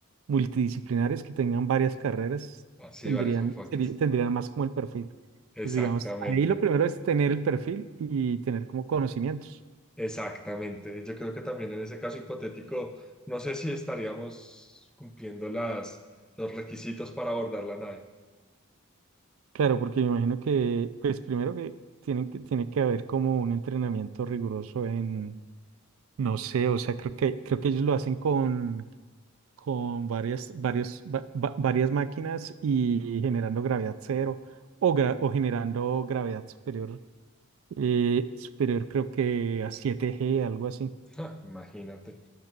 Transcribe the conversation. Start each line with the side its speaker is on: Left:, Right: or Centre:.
Right: multidisciplinares, que tengan varias carreras,
Centre: Ah, Sí,
Right: tendrían,
Centre: varios enfoques.
Right: seri- tendrían más como el perfil. Pues
Centre: Exactamente,
Right: digamos, ahí lo primero es tener el perfil y tener como conocimientos.
Centre: exactamente. Yo creo que también en ese caso hipotético, no sé si estaríamos cumpliendo las, los requisitos para abordar la nave. <laughs>
Right: Claro, porque me imagino que, pues primero que tienen que, tiene que haber como un entrenamiento riguroso en, no sé, o sea, creo que, creo que ellos lo hacen con, con varias, varios, va- va- varias máquinas y generando gravedad cero o, gra- o generando gravedad superior, eh, superior creo que a 7G, algo así.
Centre: Ja, imagínate.